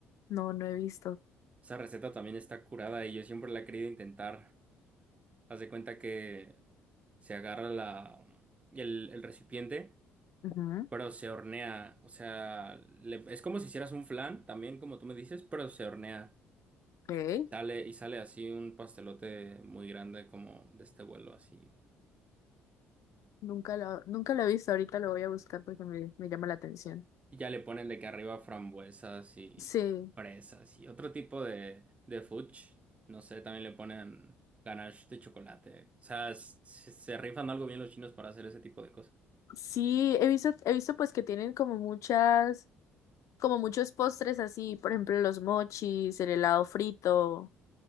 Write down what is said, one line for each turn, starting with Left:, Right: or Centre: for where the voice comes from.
Left: no, no he visto.
Right: Esa receta también está curada y yo siempre la he querido intentar. Haz de cuenta que se agarra la, el, el recipiente.
Left: Ujú,
Right: pero se hornea. O sea, le- es como si hicieras un flan, también como tú me dices, pero se hornea.
Left: ok.
Right: Y sale, y sale así un pastelote muy grande como de este vuelo así.
Left: Nunca lo, nunca lo he visto, ahorita lo voy a buscar porque me, me llama la atención.
Right: Y ya le ponen de que arriba frambuesas y
Left: Sí,
Right: fresas y otro tipo de, de fudge. No sé, también le ponen ganache de chocolate. O sea, s- se, se rifan algo bien los chinos para hacer ese tipo de cosas.
Left: sí, he visto, he visto pues que tienen como muchas, como muchos postres así, por ejemplo, los mochis, el helado frito.